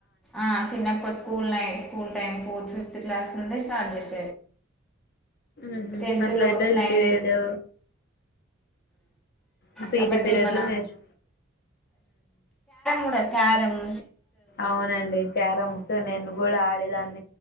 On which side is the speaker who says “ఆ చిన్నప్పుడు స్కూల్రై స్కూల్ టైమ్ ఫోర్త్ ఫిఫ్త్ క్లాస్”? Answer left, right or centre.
Centre